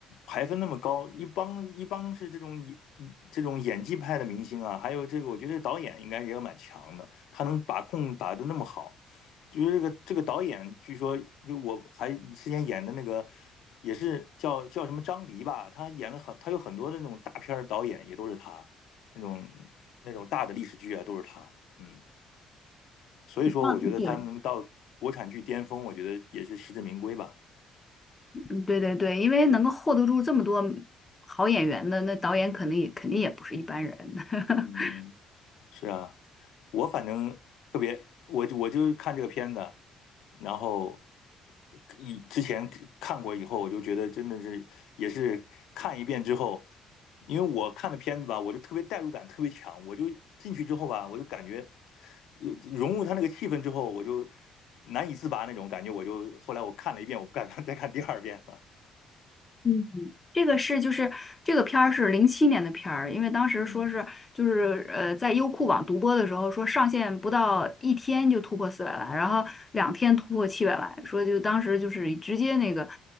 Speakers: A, on the left (about 75°); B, on the left (about 20°).
A: 排分那么高？一帮一帮是这种演嗯这种演技派的明星啊，还有这个我觉得导演应该也蛮强的，他能把控把的那么好。就是这个这个导演，据说就我还之前演的那个也是叫叫什么张黎吧，他演了很他有很多的那种大片儿导演也都是他，那种那种大的历史剧啊都是他。嗯。所以说，
B: 嗯对，
A: 我觉得他能到国产剧巅峰，我觉得也是实至名归吧。
B: 嗯对对对，因为能够 hold 得住这么多好演员的，那导演肯定也肯定也不是一般人。<laughs>
A: 嗯，是啊，我反正特别，我就我就看这个片子，然后以之前看过以后，我就觉得真的是也是看一遍之后，因为我看的片子吧，我就特别代入感特别强，我就进去之后吧，我就感觉有融入他那个气氛之后，我就难以自拔那种感觉，我就后来我看了一遍，我不敢 <laughs> 看再看第二遍了。
B: 嗯，这个是就是这个片儿是零七年的片儿，因为当时说是就是呃在优酷网独播的时候说上线不到一天就突破四百万，
A: 嗯。
B: 然后两天突破七百万，说就当时就是直接那个